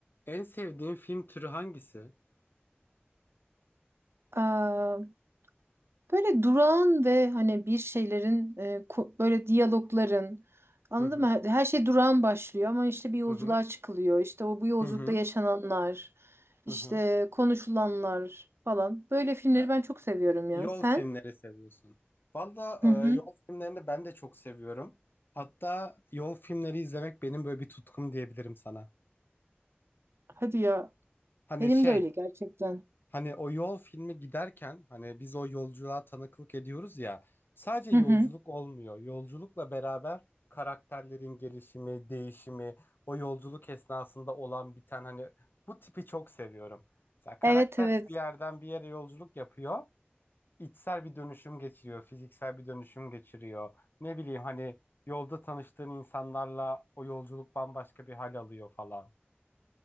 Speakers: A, on the left; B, on the right.
A: En sevdiğin film türü hangisi?
B: Eee, böyle durağan ve hani bir şeylerin e, ko- böyle diyalogların anladın
A: Hı hı.
B: mı? Her her şey durağan başlıyor ama işte bir yolculuğa
A: Hı hı.
B: çıkılıyor. İşte o bu yolculukta
A: Hı hı.
B: yaşananlar, işte
A: Hı hı.
B: konuşulanlar falan. Böyle filmleri
A: E,
B: ben çok seviyorum ya.
A: Yol
B: Sen?
A: filmleri seviyorsun. Valla
B: Hı hı.
A: e, yol filmlerini ben de çok seviyorum. Hatta yol filmleri izlemek benim böyle bir tutkum diyebilirim sana.
B: Hadi ya.
A: Hani
B: Benim
A: şey
B: de öyle gerçekten.
A: Hani o yol filmi giderken hani biz o yolculuğa tanıklık ediyoruz ya sadece yolculuk
B: Hı hı.
A: olmuyor. Yolculukla beraber karakterlerin gelişimi, değişimi, o yolculuk esnasında olan biten hani bu tipi çok seviyorum. Mesela karakter
B: Evet evet.
A: bir yerden bir yere yolculuk yapıyor, içsel bir dönüşüm geçiriyor, fiziksel bir dönüşüm geçiriyor. Ne bileyim hani yolda tanıştığın insanlarla o yolculuk bambaşka bir hal alıyor falan.